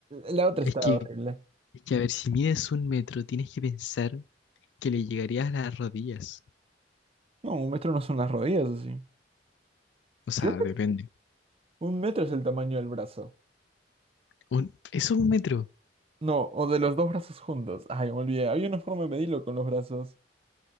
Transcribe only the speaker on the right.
la otra
está
horrible.
No, un metro no son las rodillas, así.
¿Qué?
Un metro es el tamaño del brazo.
No, o de los dos brazos juntos. Ay, me olvidé. Había una forma de medirlo con los brazos.